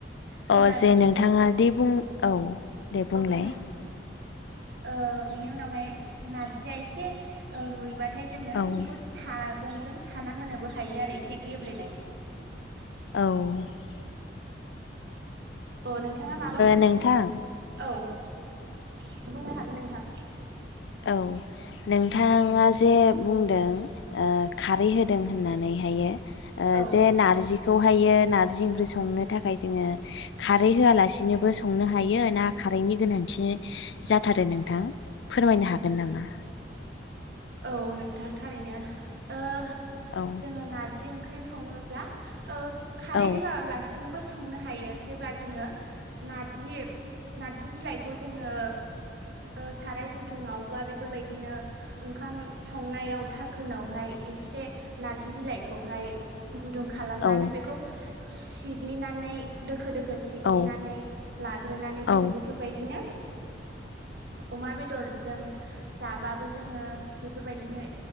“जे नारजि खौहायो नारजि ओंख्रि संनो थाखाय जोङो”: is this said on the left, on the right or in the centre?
Left